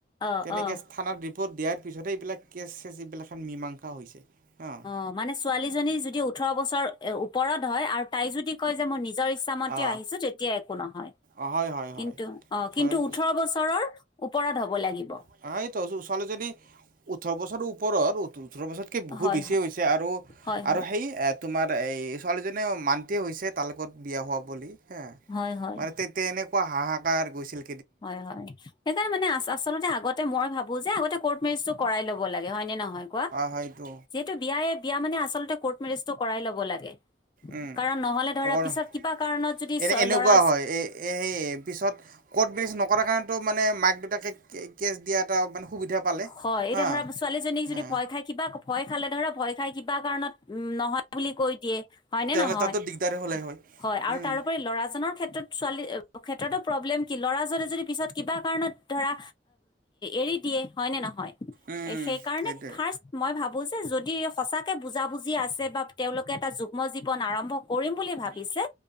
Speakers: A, on the left; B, on the right.
A: অ
B: তেনেকৈ
A: অ
B: স্থানত ৰিপত দিয়াৰ পিছতে এইবিলাক কেচ-চেচ এইবিলাক এখন মীমাংসা হৈছে। অ
A: অঁ মানে ছোৱালীজনী যদি ওঠৰ বছৰ ওপৰত হয় আৰু তাই যদি কয় যে মই নি নিজৰ ইচ্ছামতে
B: অ
A: আহিছো তেতিয়া একো নহয়।
B: অ হয় হয় হয়
A: কিন্তু অঁ
B: ছোৱালী
A: কিন্তু ওঠৰ বছৰৰ ওপৰত হব লাগিব।
B: <unintelligible> ছোৱালীজনীৰ ওঠৰ বছৰৰো ও ওপৰত ওঠৰ বছৰতকে বহুত
A: হয়
B: বেছি
A: হয়
B: হৈছে আৰু
A: হয়
B: সেই এ তোমাৰ এই ছোৱালীজনীও মান্তিয়ে হৈছে তাৰ লগত বিয়া হোৱা বুলি হা,
A: হয় হয়
B: মানে তেতিয়া এনে কোৱা হাহাকাৰ হৈছিল।
A: হয়-হয় সেইকাৰণে মানে আ-আচলতে আগতে মই ভাবো <unintelligible> আগতে কৰ্ট মেৰেজটো কৰাই ল'ব লাগে, হয় নে নহয় কোৱা?
B: অঁ হয়তো
A: যিহেতু বিয়া এই বিয়া মানে আচল <unintelligible> কৰ্ট মেৰেজটো কৰাই ল'ব লাগে।
B: উম!
A: কাৰণ নহ'লে ধৰা
B: <unintelligible>
A: পিছত কিবা কাৰণত যদি
B: এনে এনেকুৱা
A: ল'ৰা
B: হয় এ সেই পিছত কৰ্ট মেৰেজ নকৰা কাৰণটো মানে মাক-দেউটাকে কেছ দিয়া এটা মানে সুবিধা পালে
A: হয় এতিয়া
B: হা
A: ধৰা ছোৱালীজনীক
B: হা
A: যদি ভয় খাই কিবা, ভয় খালে ধৰা, ভয় খাই কিবা কাৰণত উম! নহয় বুলি কৈ দিয়ে হয়নে
B: তেনেহ'লে
A: নহয়?
B: তাতো দিগদাৰে হ'লে
A: হয় আৰু
B: উম
A: তাৰোপৰি ল'ৰাজনৰ ক্ষেত্ৰত ছোৱালী ক্ষেত্ৰতো প্ৰব্লেম কি ল'ৰাজনে যদি পিছত কিবা কাৰণত ধৰা এৰি দিয়ে। হয়নে নহয়?
B: উম
A: এ সেইকাৰণে
B: সেইটোৱে
A: ফাৰ্ষ্ট মই ভাবো যে যদি সঁচাকে বুজাবুজি আছে বা তেওঁলোকে এটা যোক ম জীৱন আৰম্ভ কৰিম বুলি ভাবিছে